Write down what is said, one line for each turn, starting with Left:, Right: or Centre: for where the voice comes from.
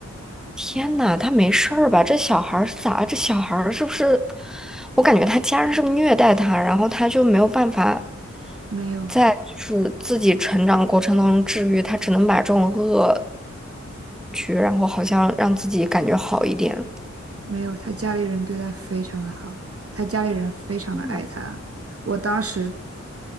Centre: 天呐，他没事儿吧？这小孩儿是咋？了？这小孩儿是不是？我感觉他家人是不是虐待他，然后他就没有办法
Right: 没有，
Centre: 在就是自己成长过程当中治愈，他只能把这种恶。然后好像让自己感觉好一点。
Right: 没有，他家里人对他非常的好，他家里人非常的爱他。
Centre: 天呐，
Right: 我当时